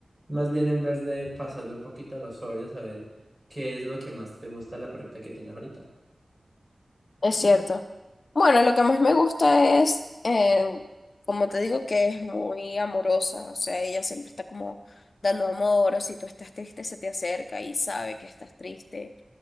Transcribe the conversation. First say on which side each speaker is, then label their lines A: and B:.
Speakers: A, on the right (about 20°); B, on the left (about 70°).
A: más bien en vez de pasarle un poquito a los sobrios, saber qué es lo que más te gusta de la perrita que tienes ahorita.
B: Es cierto. Bueno, lo que más me gusta es, eh, como te digo, que es muy amorosa. O sea, ella siempre está como dando amor, o si tú estás triste, se te acerca y sabe que estás triste.